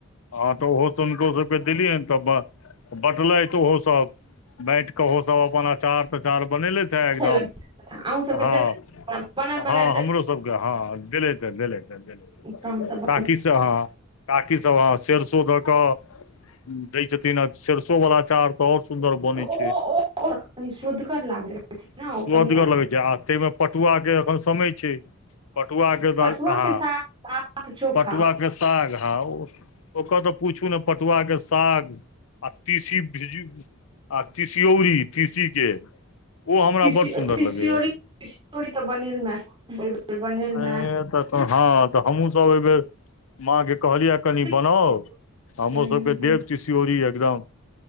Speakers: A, on the left; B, on the right.
A: हँ तऽ ओहो सब हुनको सबके देलियै तऽ बँटलैथ ओहो सब बाँट कह सब अपन अचार प्रचार बनेले थ हँ एकदम
B: खेलक अहूँ सबके
A: हँ
B: देलक
A: <inaudible>
B: बनल
A: हँ
B: बनायल
A: हमरो सबके हँ दैलैथ हँ दैलैथ हँ दैलैथ
B: देलक तहन तऽ
A: <inaudible> काकीसभ हँ काकीसभ हऽ सरसो दऽ कऽ दै छथिन आ सरसो वला आचार तऽ और सुन्दर बनैत
B: ओ
A: छै
B: ओ
A: <inaudible>
B: कनि सोदगर लागैत रहै छै ने ओ
A: स्वदगर
B: कनि आओर
A: लगै छै आ ताहिमे पटुआ के एखन समय छै पटुआ केँ
B: पटुआ
A: द दाहा
B: के साथ
A: <inaudible>
B: चोखा
A: पटुआ केँ साग हँ ओकर तऽ पूछू नऽ पटुआ केँ साग आ तीसी भीजीग आ तीसीऔरी तीसी केँ ओ हमरा
B: तिसि
A: बड सुन्दर
B: तिसियोरी
A: लगैय
B: <unintelligible>
A: ऐ
B: मे
A: तऽ हँ तऽ हमहुँ सब एहि बेर माँ केँ कहलियै कनि
B: हुं
A: बनाउ हमरो
B: हुं
A: सबके
B: हुं
A: देब तीसऔरी एकदम